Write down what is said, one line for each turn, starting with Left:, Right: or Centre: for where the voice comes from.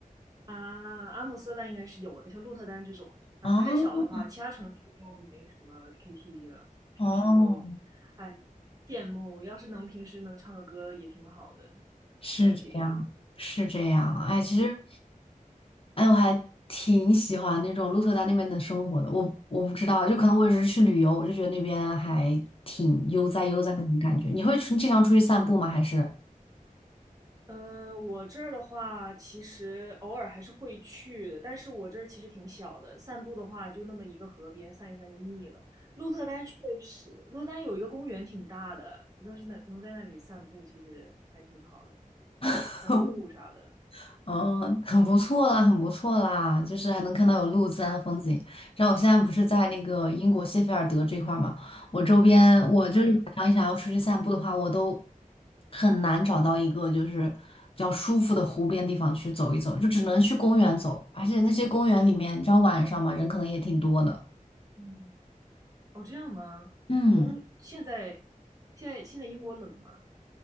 Right: 啊。阿姆斯特丹应该是有的，像鹿特丹这种的，嗯、
Left: 啊，
Right: 太小的话，其他城市就没什么 KTV 了。平时就，
Left: 哦，
Right: 哎，羡慕，要是能平时能唱个歌也挺好的，
Left: 是这样，
Right: 比较解压。
Left: 是这样。哎，
Right: 嗯。
Left: 其实，哎，我还挺喜欢那种鹿特丹那边的生活的。我我不知道，就可能我只是去旅游，我就觉得那边还挺悠哉悠哉那种感觉。你会出经常出去散步吗？还是？
Right: 呃，我这儿的话，其实偶尔还是会去的，但是我这儿其实挺小的，散步的话就那么一个河边，散一散就腻了。鹿特丹确实，鹿特丹有一个公园挺大的，你说是能能在那里散步，其实还挺好的，
Left: <laughs>
Right: 还有鹿啥的。
Left: 嗯，很不错啦，很不错啦，就是还能看到有路自然风景。然后我现在不是在那个英国谢菲尔德这块儿嘛，
Right: 嗯
Left: 我周边我就是晚上想要出去散步的话，
Right: 啊，
Left: 我都很难找到一个就是比较舒服的湖边地方去走一走，就只能去公园走。而且那些公园里面，你知道晚上嘛，人可能也挺多的。
Right: 嗯，哦，这样吗？
Left: 嗯，
Right: 冬，现在现在现在英国冷吗？